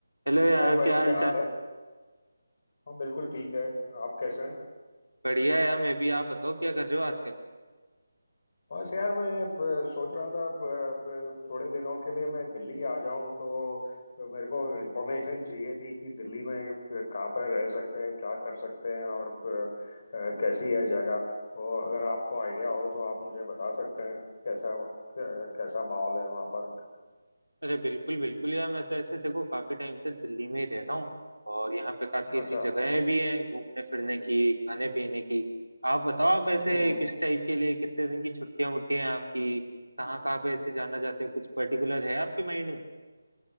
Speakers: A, on the right (about 85°); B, on the left (about 40°).
A: Hello यार
B: हाय भाई
A: क्या हाल
B: क्या हाल
A: चाल
B: है हाँ बिल्कुल ठीक है आप कैसे हैं
A: बढ़िया यार मैं भी आप बताओ क्या कर रहे हो आजकल
B: बस यार मैं प- सोच रहा था प- प- थोड़े दिनों के लिए मैं दिल्ली आ जाऊं तो तो मेरे को इन्फॉर्मेशन चाहिए थी कि दिल्ली में प- कहाँ पर रह सकते हैं क्या कर सकते हैं और प- अ, कैसी है जगह तो अगर आपको आइडिया हो तो आप मुझे बता सकते हैं कैसा कै- कैसा माहौल है वहाँ पर
A: अरे बिल्कुल बिल्कुल यार मैं तो ऐसे देखो काफी टाइम से दिल्ली में ही रह रहा हूँ और यहाँ पे काफी ऐसी
B: अच्छा
A: जगहें भी हैं घूमने फिरने की खाने पीने की आप बताओ आप ऐसे
B: हम्म हम्म।
A: किस टाइप के लिए कितने दिन की छुट्टियां उट्टियां हैं आपकी कहाँ कहाँ पे ऐसे जाना चाहते हो कुछ पर्टिकुलर है आपके माइंड में